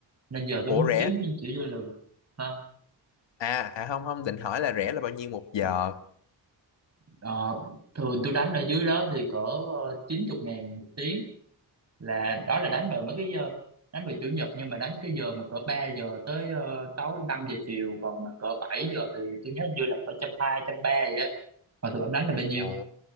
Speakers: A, on the right; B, on the left.
A: nên giờ tôi muốn
B: ủa rẻ
A: kiếm những kiểu như là hả?
B: à à không không định hỏi là rẻ là bao nhiêu một giờ
A: Ờ, thường tôi đánh ở dưới đó thì cỡ ờ, chín chục ngàn một tiếng là đó là đánh vào mấy cái giờ đánh vào chủ nhật nhưng mà đánh cái giờ mà cỡ 3 giờ tới ờ, sáu năm giờ chiều còn mà cỡ 7 giờ thì tôi nhớ hình như là cỡ trăm hai trăm ba vậy á mà thường ông đánh là bao nhiêu
B: ồ